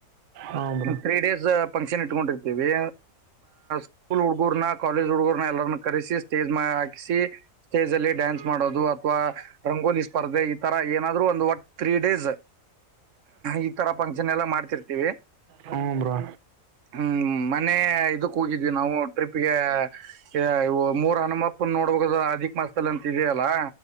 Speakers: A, on the right; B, on the right.
A: ಹಾಂ ಬ್ರೋ ಹಾಂ ಬ್ರೋ
B: ತ್ರೀ ಡೇಸ್ ಫಂಕ್ಷನ್ ಇಟ್ಕೊಂಡಿರ್ತೇವಿ ಸ್ಕೂಲ್ ಹುಡ್ಗೂರ್ನ ಕಾಲೇಜ್ ಹುಡ್ಗೂರ್ನ ಎಲ್ಲರನ್ನ ಕರೆಸಿ ಸ್ಟೇಜ್ ಮೇಲೆ ಹಾಕಿಸಿ ಸ್ಟೇಜ್ಲಿ ಡಾನ್ಸ್ ಮಾಡೋದು ಅಥವಾ ರಂಗೋಲಿ ಸ್ಪರ್ಧೆ ಈ ತರ ಏನಾದ್ರು ಒಂದು ವಟ್ ತ್ರೀ ಡೇಸ್. ಈಥರ ಫಂಕ್ಷನ್ ಎಲ್ಲ ಮಾಡ್ತಿರ್ತೀವಿ.
A: ಹ್ಞೂ ಬ್ರೋ
B: ಹ್ಮ್ ಮನ್ನೆ ಇದಕ್ ಹೋಗಿದ್ವಿ ನಾವು ಟ್ರಿಪ್ಗೆ ಎ ಇವು ಮೂರ್ ಹನುಮಪ್ಪನ್ ನೋಡ್ಬಕು ಅದು ಅದಿಕ್ ಮಾಸದಲ್ಲಿ ಅಂತ ಇದೆಯಲ್ಲಾ.